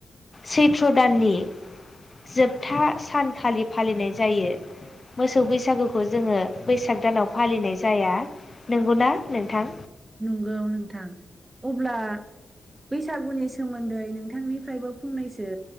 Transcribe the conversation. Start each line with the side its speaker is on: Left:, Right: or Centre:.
Left: सैथ्र दाननि जोबथा सान खालि फालिनाय जायो मोसौ बैसागुखौ जोङो बैसाग दानाव फालिनाय जाया नंगौना नोंथां
Right: नंगौ नोंथां अब्ला बैसागुनि सोमोन्दै नोंथांनिफ्रायबो फंनैसो